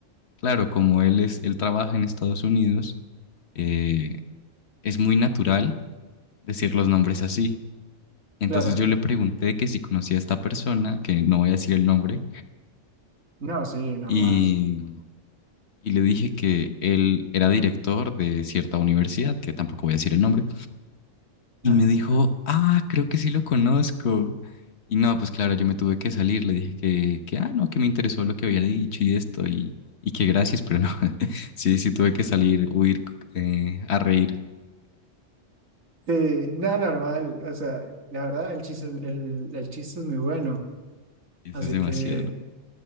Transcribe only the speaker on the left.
claro, como él es, él trabaja en Estados Unidos eh, es muy natural decir los nombres así. Entonces
yo le pregunté que si conocía a esta persona, que no voy a decir el nombre,
y, y le dije que él era director de cierta universidad, que tampoco voy a decir el nombre, y
me dijo, ah, creo que sí lo conozco. Y no, pues claro, yo me tuve que salir, le dije que, que ah, no, que me interesó lo que había dicho y esto, y, y que gracias, pero no, <laughs> sí, sí tuve que salir, huir, eh, a reír,
eso
es demasiado.